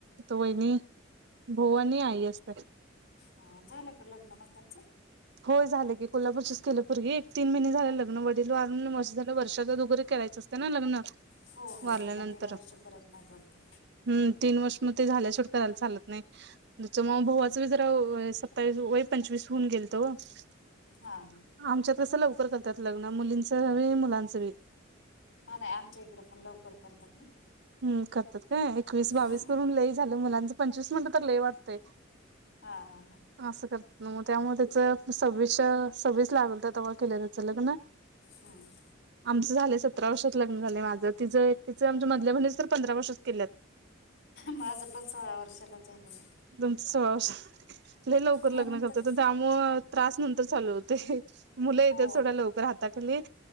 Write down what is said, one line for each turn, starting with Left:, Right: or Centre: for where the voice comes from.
Right: तो वहिणी भाऊ आणि आई असतात.
Left: ह झालं का लग्न मग त्यांचं
Right: होय झालं की कोल्हापूरचेच केलं पोरगी एक तीन महिने झाले लग्न वडीला वारून वर्ष झाल वर्षा बरोबर करायचंं. ते ना लग्न-
Left: हो हो
Right: वारल्यानंतर
Left: पुन्हा तीन वर्ष करत नाहीत वाटतं.
Right: हम्म तीन वर्ष मग ते झाल्या शेवट करायला चालत नाही. जच्या मग भ भावाची जरा सत्तावीस वय पंचवीस होऊन गेल. आमच्यात
Left: हा हा हा
Right: कस लवकर कर. त्यात लग्न मुलींच बी मुलांचं बी -
Left: हा नाही आमच्या इकडे पण लवकर करतात ना.
Right: हम करतात काय एकवीस बावीस
Left: हम्म
Right: करून लई झालं मुलांचं पंचवीस म्हनटं तर ल वाटतंय.
Left: हा हा हा.
Right: असं करत ना मग त्यामुळे त्याच सव्वीसच्या सव्वीस लागल तर तेव्हा केलं त्याच लग्न.
Left: हम्म.
Right: आमचं झाले सतरा वर्षात लग्न झाले माझ तिचं तिचं आमच्या मधल्या मुलीच तर पंधरा वर्षात केल्यात.
Left: माझं पण सोळा वर्षाला झालंय.
Right: तुमच सोळा लय लवकर लग्न
Left: म्हणून
Right: झळत.
Left: तर
Right: मग त्रास नंतर चालू होतय. मुलं येत्यात
Left: हो
Right: सोडा लवकर अताची लेई